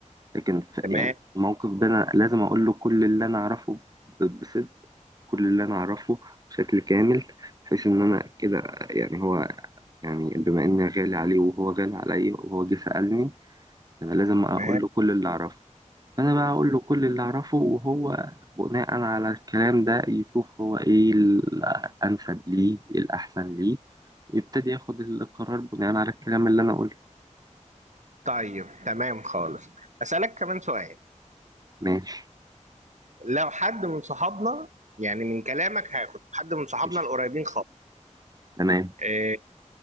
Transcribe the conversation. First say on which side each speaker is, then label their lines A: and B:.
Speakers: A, on the right; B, on the right.
A: لكن ف-
B: تمام
A: يعني الموقف ده انا لازم اقول له كل اللي انا اعرفه ب- بصدق كل اللي انا اعرفه بشكل كامل بحيث ان انا كده يعني هو يعني بما اني غالي عليه وهو غالي عليا وهو جه سألني انا لازم اقول
B: تمام
A: له كل اللي اعرفه فانا بقى اقول له كل اللي اعرفه وهو بناء على الكلام ده يشوف هو ايه الانسب ليه إيه الاحسن ليه ويبتدي ياخد القرار بناء على الكلام اللي انا قلته
B: طيب تمام خالص اسالك كمان سؤال
A: ماشي
B: لو حد من صحابنا يعني من كلامك هاخد حد من صحابنا
A: قشطة.
B: القريبين خالص
A: تمام
B: آه،